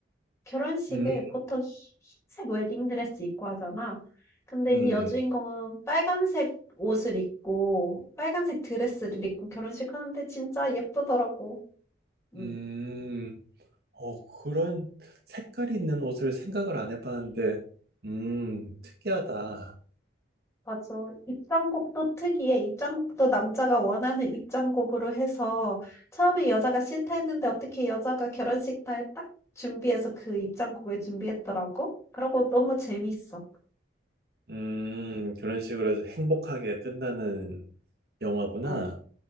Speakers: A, on the left (about 15°); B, on the right (about 55°).
A: 결혼식을
B: 음,
A: 보통 희- 흰색 웨딩드레스 입고 하잖아. 근데
B: 음,
A: 이 여주인공은 빨간색 옷을 입고 빨간색 드레스를 입고 결혼식 하는데 진짜 예쁘더라고. 음.
B: 음, 어, 그런 색깔이 있는 옷을 생각을 안 해봤는데, 음, 특이하다.
A: 맞아. 입장곡도 특이해. 입장곡도 남자가 원하는 입장곡으로 해서 처음에 여자가 싫다 했는데 어떻게 여자가 결혼식 날 딱 준비해서 그 입장곡을 준비했더라고. 그러고 너무 재밌어.
B: 음, 그런 식으로 행복하게 끝나는 영화구나.
A: 어.